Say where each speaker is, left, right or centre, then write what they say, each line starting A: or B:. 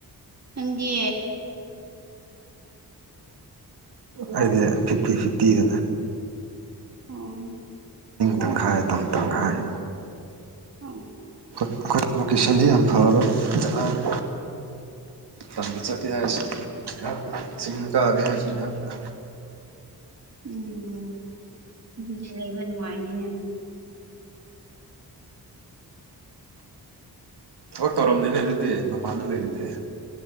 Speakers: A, on the right; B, on the right.
A: ꯑꯪꯗꯤ
B: ꯍꯥꯏꯗꯤ ꯐꯤꯐꯇꯤ ꯐꯤ <unintelligible>
A: ꯑꯣ
B: ꯇꯪꯈꯥꯏ ꯇꯝ ꯇꯪꯈꯥꯏ
A: ꯑ
B: ꯑꯩꯈꯣꯏ ꯏꯖꯨꯀꯦꯁꯟꯗꯤ ꯌꯥꯝ ꯐꯕ ꯖꯒꯅꯦ ꯇꯝꯕ ꯆꯠꯀꯦ ꯍꯥꯏꯔꯁꯤꯍꯥꯛ ꯆꯤꯡꯅ ꯀꯥꯒꯦ ꯍꯥꯏꯔꯁꯤ ꯉꯍꯥꯛ
A: ꯎꯝ ꯑꯗꯨꯗꯤ ꯂꯩꯕ ꯅꯨꯡꯉꯥꯏꯅꯤꯅꯦ
B: ꯊꯕꯛ ꯇꯧꯔꯝꯅꯤꯅꯦ ꯑꯗꯨꯗꯤ ꯃꯄꯥꯟꯗ ꯂꯩꯔꯤꯗꯤ